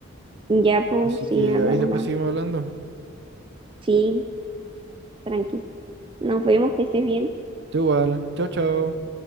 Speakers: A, on the right (about 25°); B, on the right (about 55°).
A: Ya, pues,
B: Así
A: sí,
B: que
A: anda
B: ahí
A: nomás.
B: después seguimos hablando.
A: Sí, tranqui. Nos vemos, que estés bien.
B: Tú igual. Chao, chao.